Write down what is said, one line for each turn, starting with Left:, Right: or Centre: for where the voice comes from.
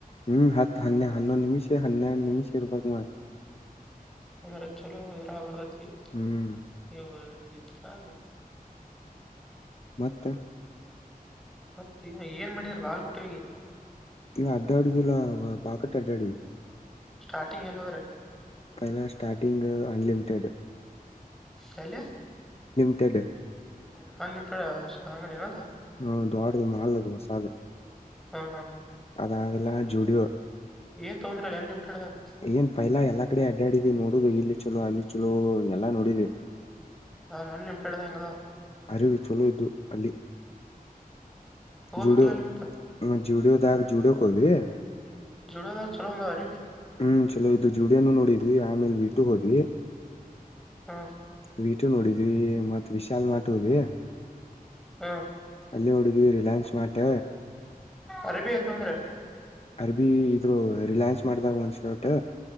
Left: ಹ್ಮ್ ಹತ್ತು ಹನ್ನೆ ಹನ್ನೊ ನಿಮಿಷ ಹನ್ನೆ ನಿಮಿಷ ರೂಪಾಯ ಮಾಡ.
Centre: ಅಂದ್ರ ಚಲೋ ಇದ್ರಾ ಬರ್ದತಿ
Left: ಹ್ಮ್
Centre: ನೀವು. ಇದ್ರಗ್ <inaudible>
Left: ಮತ್ತೆ.
Centre: ಮತ್ತ ಈ ಏನ್ ಮಾಡಿದಾರ ಬಾಲ್ಕುಟಿವಿಗೆ.
Left: ಇಲ್ಲ ಅಡ್ಡಾಡಿದಲ್ಲಾ ಬಾಕಟ್ ಅಡ್ಡಾಡಿದ.
Centre: ಸ್ಟಾರ್ಟಿಂಗ್ ಎಲ್ಲ್ರ.
Left: ಪಹಲ ಸ್ಟಾರ್ಟಿಂಗ್ ಅನ್ಲಲಿಮಿಟೆಡ್.
Centre: ಕಲೆ.
Left: <unintelligible>
Centre: ಹ ನಿಮಚಡ ಆಂಗಡಿನ.
Left: ಹ್ಮ ದೋಡ್ದ ಮಾಲ್ದು ಮಸಾದ
Centre: ಹಾ ಹಾ ಹಾ
Left: ಅದಾಗೆಲ್ಲ ಜುಡಿಯೋ.
Centre: ಏನ್ ತೊಗೊಂಡ್ರಲ್ಲ ಅನ್ಲಿಮಿಟೆಡ್ದಾಗ
Left: ಏನ್ ಪೈಲಾ ಎಲ್ಲಾ ಕಡೆ ಅಡ್ಡಾಡಿದಿ ನೋಡುದು ಇಲ್ಲಿ. ಚಲೋ ಅಲ್ಲಿ ಚಲೋ ಎಲ್ಲಾ ನೋಡಿದ್ವಿ.
Centre: ಹಾ ಅನ್ಲಿಮಿಟೆಡ್ ಹೆಂಗದಾ.
Left: ಅರಿವು ಚಲೋ ಇದ್ದು ಅಲ್ಲಿ.
Centre: ತಗೋಬೇಕಲ್ಲ
Left: ಜುಡೋ
Centre: ಅಲ್ಲಿ ಮತ್ತ
Left: ಜುಡಿಯೋದಾಗ ಜುಡೋ ಕೋದ್ವಿ.
Centre: ಜೋಡೋದಾಗ ಚಲೋ ಒಂದಾವ ಅರಿಬಿ
Left: ಹ್ಮ್ ಚಲೋ ಇದು ಜ್ಯುಡ್ಯನು ನೋಡಿದ್ವಿ ಆಮೇಲೆ ವಿಟ್ಟು ಹೋದ್ವಿ.
Centre: ಹಾ.
Left: ವೀಟು ನೋಡಿದ್ವಿ ಮತ್ ವಿಶಾಲ್ ಮಾರ್ಟ್ ಹೋದ್ವಿ.
Centre: ಹಾ.
Left: ಅಲ್ಲಿ ನೋಡಿದ್ವಿ ರಿಲಯನ್ಸ್ ಮಾರ್ಟ್.
Centre: ಅರಬಿ ಎಲ್ತ ಅಂದ್ರೆ.
Left: ಅರ್ಬಿ ಇದ್ರು ರಿಲಯನ್ಸ್ ಮಾಡ್ದಾಗ ಒಂದ್ ಶರ್ಟ್.